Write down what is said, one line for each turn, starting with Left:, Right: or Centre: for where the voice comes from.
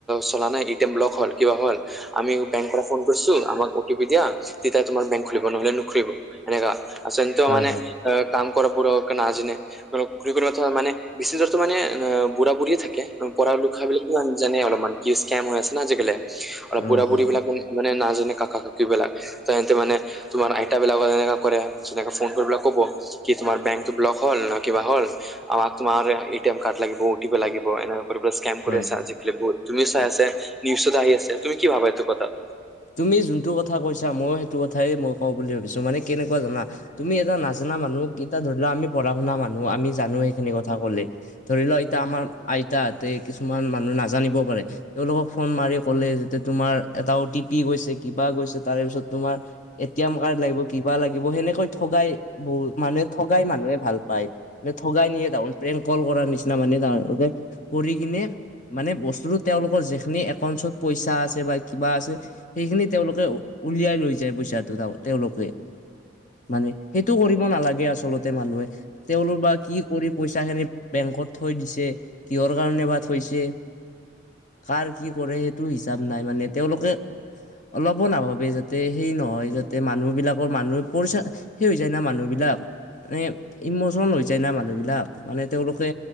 Centre: চলা নাই এতিয়া ব্লক হল কিবা হ'ল আমি বেংকৰ পৰা ফোন কৰিছো আমাক অ টি পি দিয়া তেতিয়া তোমাৰ বেংক খুলিব নহলে নুখুলিব এনেকা আছেন তু
Left: হয়
Centre: মানে
Left: হয়
Centre: অ কাম কৰা পোৰা আজি নে খৰি কথা মানে বেছি দূৰতো মানেহ বুঢ়া- বুঢ়ীয়ে থাকে পঢ়া লিখাবিলাকো জানে অলপমান কিচ কাইম হৈ আছে না আজিকালি অলপ
Left: অ
Centre: বুঢ়-বুঢ়ী
Left: হয়
Centre: বিলাক মানে নাজানে কাক কাক কি বিলাক তেহেতে মানে তোমাৰ আইতা বিলাকৰ যেনেকা কৰে তেনেকা ফোন কৰিপেলাই ক'ব কি তোমাৰ বেংক টো ব্লক হল না কিবা হ'ল আমাক তোমাৰ এ টি এম কাৰ্ড লাগিব অ টি পি লাগিব এনেকা স্কেম কৰি
Left: হয়
Centre: আছা আজিকালি বহুত তুমিও
Left: হয়
Centre: চাই আছা নিউজএটা আহি আছে, তুমি কি ভাবা এইটো কথাত?
Left: তুমি যোনটো কথা কৈছা ময়ো সেইটো কথাই মই কওঁ বুলি ৰখিছোঁ মানে কেনেকুৱা জানা তুমি এটা নাজানা মানুহ এতিটা ধৰি লোৱা আমি পঢ়া শুনা মানুহ আমি জানো সেইখিনি কথা কলে ধৰিলোৱা এতিয়া আমাৰ আইতাহতে কিছুমান মানুহ নাজানিব পাৰে তেওঁলোকক ফোন মাৰি কলে যেতিয়া তোমাৰ এটা অ টি পি গৈছে কিবা গৈছে তাৰে পিছত তোমাৰ এটি এম কাৰ্ড লাগিব কিবা লাগিব সেনেকৈ ঠগাই বহু মানুহে ঠগাই মানুহে ভাল পায় ঠগাই নিয়ে তামনে প্রেংক কল কৰাৰ নিচিনা মানে তেওঁলোকে কৰি কিনে মানে বস্তুতো তেওঁলোকৰ যিখিনি একাউন্টছত পইচা আছে বা কিবা আছে সেইখিনি তেওঁলোকে উ উলিয়াই লৈ যায় বুইচা তেওঁলোকে মানে সেইটো কৰিব নালাগে আচলতে মানুহে তেওঁলোক বা কি কৰি পইচা খিনি বেংকত থৈ দিছে কিহৰ কাৰণে বা থৈছে, কাৰ কি কৰে সেইটো হিচাপ নাই মানে তেওঁলোকে অলপো নাভাবে যাতে সেই নহয় যাতে মানুহ বিলাকৰ মানুহে পৰিচা শেষ হৈ যায় না মানুহ বিলাক মানে ইমচন হৈ যায় না মানুহ বিলাক মানে তেওঁলোকে